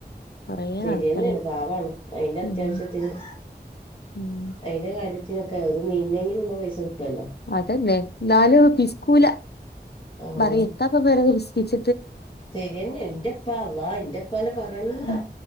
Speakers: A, on the left; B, on the left.
A: കൊറേ
B: ശരിയന്നെയാണ്
A: നടക്കണേ
B: പാവാണ് അയിന്റെ അത്യാവശ്യത്തിന്
A: ഉം ഉം
B: അതിന്റെ കാര്യത്തിനൊക്കെ ഒരു മീനിനെങ്കിലും ഉണ്ടോ പൈസ കിട്ടുവല്ലോ
A: അതന്നെ എന്നല് പിസ്കൂല
B: ആഹ്
A: മറി എത്താപ്പ വേര പിസ്കിച്ച
B: ശരിയെന്നെ എന്റെപ്പാ അള്ളാ എന്റെപ്പനെ പറയണ്ട
A: ഉം